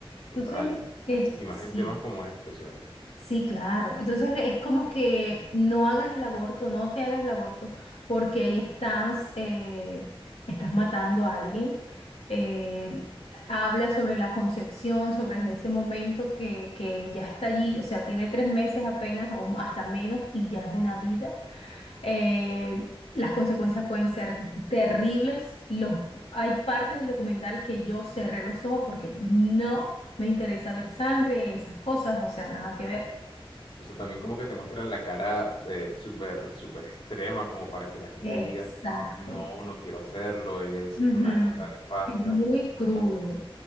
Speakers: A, on the left; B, on the left.
A: Total.
B: Entonces, este,
A: Y, y más
B: sí.
A: gente más como este, o sea.
B: Sí, claro. Entonces es como que no hagas el aborto, no te hagas el aborto, porque ahí estás, eh, estás matando a alguien. Eh, habla sobre la concepción, sobre ese momento que, que ya está allí, o sea, tiene tres meses apenas o hasta menos y ya es una vida. Eh, las consecuencias pueden ser terribles. Los, hay partes del documental que yo cerré los ojos porque no me interesa ver sangre, esas cosas, o sea, nada que ver.
A: O sea, también como que te muestran la cara eh, súper, súper extrema, como para que la gente
B: Exacto.
A: diga, no, no quiero hacerlo, es,
B: Ujú.
A: es una cosa nefasta.
B: Es muy crudo,
A: Como,